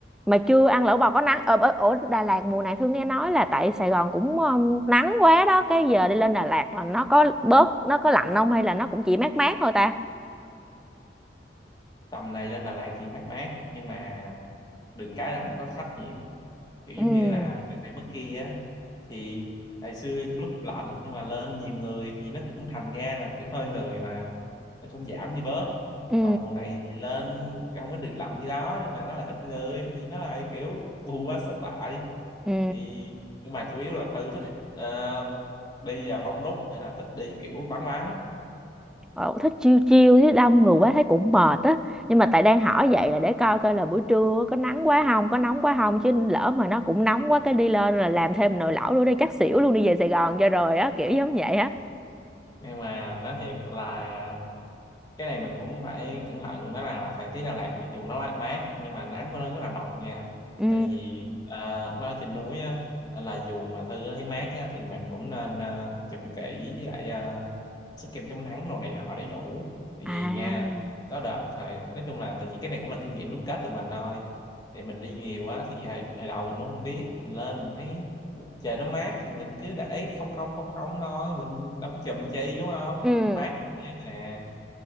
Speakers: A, in the centre; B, on the left.
A: mà chưa ăn lẩu bò có nắng ở, ở, ở Đà Lạt mùa này Thương nghe nói là tại Sài Gòn cũng um, nắng quá đó cái giờ đi lên Đà Lạt là nó có bớt nó có lạnh không hay là nó cũng chỉ mát mát thôi ta
B: tầm này lên Đà Lạt thì mát mát nhưng mà đừng cái là không có khách nhiều kiểu giống
A: ừ
B: như là đường này mất kia á thì ngày xưa lúc lạnh nhưng mà lên nhiều người thì nó cũng thành ra là kiểu hơi người mà nó cũng giảm đi bớt
A: ừ
B: còn mùa này thì lên không có được lạnh như đó nhưng mà nó lại ít người thì nó lại kiểu bù quá sức lại
A: ừ
B: thì nhưng mà chủ yếu là Tư thích ờ, đi vào đông đúc hay là thích đi kiểu vắng vắng
A: ờ, thích chiêu chiêu chứ đông người quá thấy cũng mệt á nhưng mà tại đang hỏi vậy là để coi coi là buổi trưa có nắng quá không có nóng quá không chứ lỡ mà nó cũng nóng quá cái đi lên là làm thêm nồi lẩu nữa đi chắc xỉu luôn đi về Sài Gòn cho rồi á kiểu giống vậy á
B: nhưng mà nói thiệt là cái này mình cũng phải cẩn thận đó là thời tiết Đà Lạt mặc dù nó mát mát, nhưng mà nắng của nó rất là độc nha
A: ừ
B: tại vì ờ, nó trên núi á nên là dù mà Thư thấy mát á, thì mình cũng nên uh, chùm kỹ với lại ờ, sức kem chống nắng đồ này nọ đầy đủ tại
A: à
B: vì nha có đợt thời nói chung là tại vì cái này cũng là kinh nghiệm đúc kết từ mình thôi thì mình đi nhiều á thì hồi, hồi đầu mình cũng không biết mình lên mình thấy trời nó mát thì mình cứ để không không không không thôi mình đâu có chùm chi đúng không
A: ừ
B: mát mẻ mà